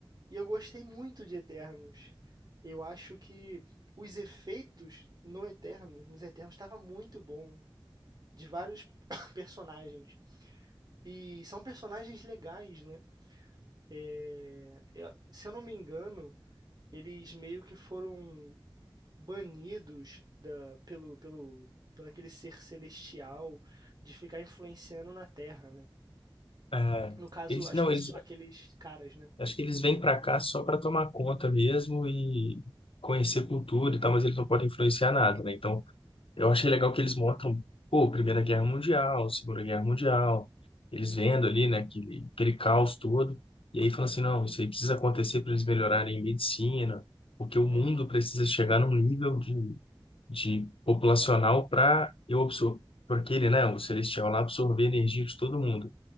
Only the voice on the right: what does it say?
e eu gostei muito de Eternos. Eu acho que os efeitos no Eternos nos Eternos estava muito bom, de vários <coughs> personagens. E são personagens legais, né. É, é, se eu não me engano, eles meio que foram banidos da, pelo, pelo, pelo aquele ser celestial de ficar influenciando na Terra, né?
No caso,
as
pessoas,
aqueles caras, né?
Uhum,